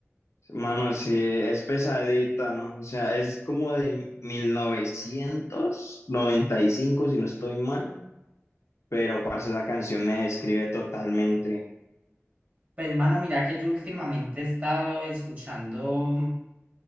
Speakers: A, on the left; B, on the right.
A: Mano, sí, es pesadita. O sea, es como de 1995, si no estoy mal. Pero, parce, esa canción me describe totalmente.
B: Pues mano, mira que yo últimamente he estado escuchando